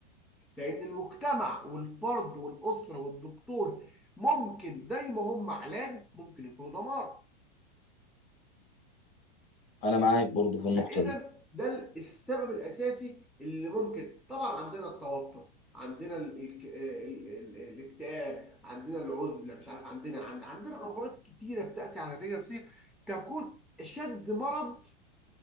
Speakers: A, in the centre; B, on the left.
A: لان المجتمع والفرد والاسره والدكتور ممكن زي ما هم علاج ممكن يكونوا دمار
B: انا معاك برضو في النقطه
A: فاذا
B: دي
A: ده ال- السبب الاساسي اللي ممكن طبعا عندنا التوتر عندنا ال ال ال ال الاكتئاب عندنا العزله مش عارف عندنا عند عندنا امراض كتيره بتاتي على الرجل النفسيه تكون اشد مرض